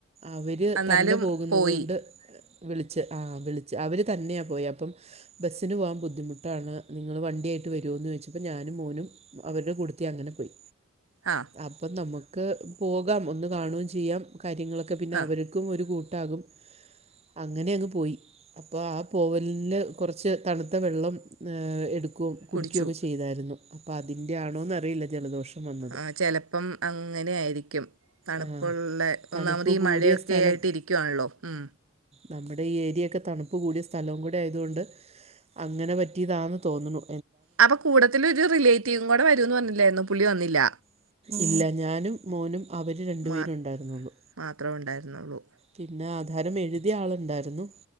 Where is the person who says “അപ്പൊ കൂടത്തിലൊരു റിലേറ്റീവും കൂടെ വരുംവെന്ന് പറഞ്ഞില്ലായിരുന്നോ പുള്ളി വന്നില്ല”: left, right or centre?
Right